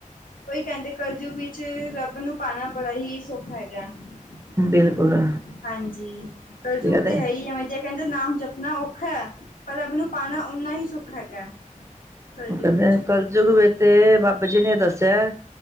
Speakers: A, on the left; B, on the right.
A: ਕੋਈ ਕਹਿੰਦੇ ਕਲਯੁੱਗ ਵਿੱਚ, ਰੱਬ ਨੂੰ ਪਾਣਾ ਬੜਾ ਹੀ ਸੌਖਾ ਹੈਗਾ। <unintelligible>
B: ਬਿਲਕੁਲ
A: ਹਾਂਜੀ, ਕਲਜੁਗ
B: ਕੀ ਕਹਿੰਦੇ
A: ਤੇ ਹੈ ਹੀ ਐ ਅਜੇ। ਕਹਿੰਦੇ ਨਾਮ ਜਪਣਾ ਔਖਾ ਹੈ, ਪਰ ਰੱਬ ਨੂੰ ਪਾਉਣਾ ਓਨਾ ਹੀ ਸੋਖਾ ਹੈਗਾ ਕਲਯੁੱਗ
B: ਉਹ ਕਹਿੰਦੇ
A: ਵਿਚ
B: ਕਲਯੁਗ ਵਿੱਚ ਤੇ ਬਾਬੇ ਜੀ ਨੇ ਦੱਸਿਆ,